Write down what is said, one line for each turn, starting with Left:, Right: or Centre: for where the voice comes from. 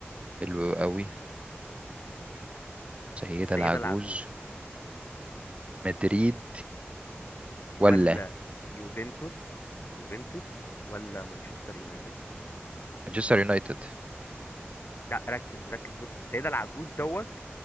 Right: حلو قوي سيده
Left: السيدة
Right: العجوز
Left: العجوز
Right: مدريد
Left: ولا
Right: ولا
Left: يوفنتوس يوفنتوس ولا مانشستر يونايتد
Right: مانشستر يونايتد
Left: لا ركز ركز بص السيدة العجوز دوت